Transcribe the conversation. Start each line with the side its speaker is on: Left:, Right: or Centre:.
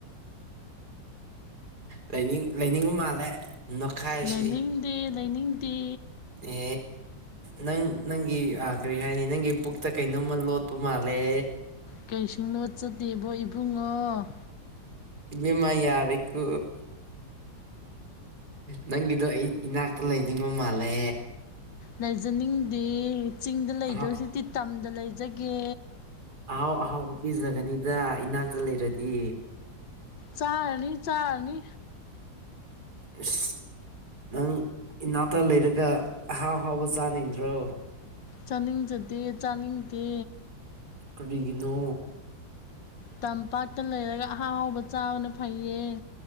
Right: ꯂꯩꯅꯤꯡ ꯂꯩꯅꯤꯡ ꯃꯥꯜꯂꯦ ꯅꯈꯥꯏꯁꯤꯗꯤ
Left: ꯂꯩꯅꯤꯡꯗꯦ ꯂꯩꯅꯤꯡꯗꯤ
Right: ꯑ ꯅꯪ ꯅꯪꯒꯤ ꯀꯔꯤ ꯍꯥꯏꯅꯤ ꯅꯪꯒꯤ ꯄꯨꯛꯇ ꯀꯩꯅꯣꯝꯃ ꯂꯣꯠꯄ ꯃꯥꯜꯂꯦ
Left: ꯀꯩꯁꯨ ꯂꯣꯠꯆꯗꯦꯕꯣ ꯏꯕꯨꯡꯉꯣ
Right: ꯕ ꯃꯥꯏ ꯌꯥꯔꯩ ꯀ ꯅꯪꯒꯤꯗꯣ ꯑꯩ ꯏꯅꯥꯛꯇ ꯂꯩꯅꯤꯡꯕ ꯃꯥꯜꯂꯦ
Left: ꯂꯩꯖꯅꯤꯡꯗꯦ ꯆꯤꯡꯗ ꯂꯩꯗꯣꯏꯁꯨꯛꯇꯤ
Right: ꯑꯍꯥꯎ
Left: ꯇꯝꯗ ꯂꯩꯖꯒꯦ
Right: ꯑꯍꯥꯎ ꯑꯍꯥꯎꯕ ꯄꯤꯖꯒꯅꯤꯗ ꯏꯅꯥꯛꯇ ꯂꯩꯔꯗꯤ
Left: ꯆꯥꯅꯤ ꯆꯥꯅꯤ
Right: ꯑꯁ ꯅꯪ ꯏꯅꯥꯛꯇ ꯂꯩꯔꯒ ꯑꯍꯥꯎ ꯑꯍꯥꯎꯕ ꯆꯥꯅꯤꯡꯗ꯭ꯔꯣ
Left: ꯆꯥꯅꯤꯡꯖꯗꯦ ꯆꯥꯅꯤꯡꯗꯦ
Right: ꯀꯔꯤꯒꯤꯅꯣ
Left: ꯇꯝꯄꯥꯛꯇ ꯂꯩꯔꯒ ꯑꯍꯥꯎ ꯑꯍꯥꯎꯕ ꯆꯥꯕꯅ ꯐꯩꯌꯦ